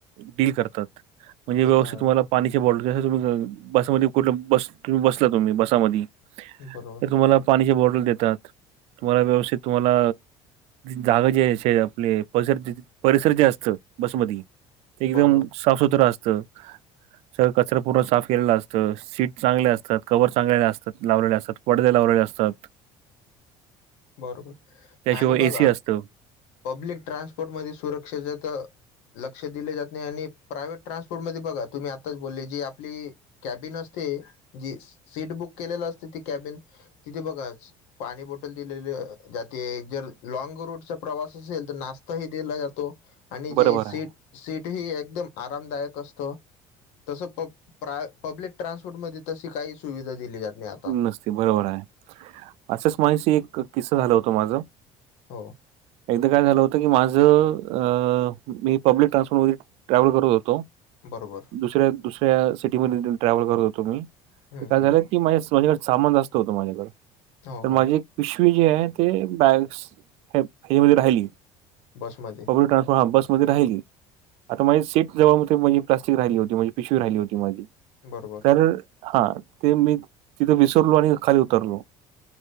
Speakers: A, on the right; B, on the left.
A: डील करतात. म्हणजे
B: ते
A: व्यवस्थित
B: तर आहे
A: तुम्हाला पाण्याची बॉटल तुम बसामध्ये कुठ बस- बसला तुम्ही बसामध्ये
B: बरोबर.
A: तुम्हाला पाण्याची बॉटल देतात, तुम्हाला व्यवस्थित तुम्हाला जागा जे शे आपली परिसर-हडसर जे असतं बसमध्ये. ते एकदम
B: बरोबर
A: साफ सुथर असतं. सगळ कचरा पूर्ण साफ केलेला असतं सीट चांगले असतात कवर चांगलेले असतात लावलेले असतात. पडदे लावलेले असतात.
B: बरोबर
A: त्याशिवाय
B: आणि बघा.
A: एसी असतं.
B: पब्लिक ट्रान्सपोर्टमध्ये सुरक्षेच त लक्ष दिले जात नाही आणि प्रायव्हेट ट्रान्सपोर्ट मध्ये बघा तुम्ही आताच बोलले जी आपली कॅबिन असते जी सीट बुक केलेलं असते ती कॅबिन तिथे बघाच पाणी बोटल दिले जाते जर लॉंग रूटचा प्रवास असेल तर नाश्ता ह दिला जातो. आणि जी
A: बरोबर
B: सीट
A: आहे.
B: सीट ही एकदम आरामदायक असतो. तसं पप -प्राय-पब्लिक ट्रान्सपोर्ट मध्ये तशी काही सुविधा दिली जात नाही आता.
A: नसते बरोबर आहे. असंच माझ्याशी एक किस्सा झाला होतो माझा.
B: हो
A: एकदा काय झालं होत. <unintelligible> माझं अ मी पब्लिक ट्रान्सपोर्ट मध्ये ट्रॅव्हल करत होतो.
B: बरोबर.
A: दुसऱ्या-दुसऱ्या सिटी मध्ये ट्रॅव्हल करत होतो मी ते
B: हम्म
A: काय
B: हम्म
A: झालं माझ माझ्याकडे सामान जास्त होत माझ्याकडे
B: हो
A: तर माझी
B: हो
A: पिशवी जे आहे ते बॅस हे हच्यामध्ये राहिली.
B: बसमध्ये
A: पब्लिक ट्रान्सपोर्ट बसमध्ये राहिली. आता माझी सीट जेव्हा होती म्हणजे प्लास्टिक राहिली होती, म्हणजे पिशवी राहिली होती माझी.
B: बरोबर
A: तर हा ते मी तिथ विसरलो आणि खाली उतरलो.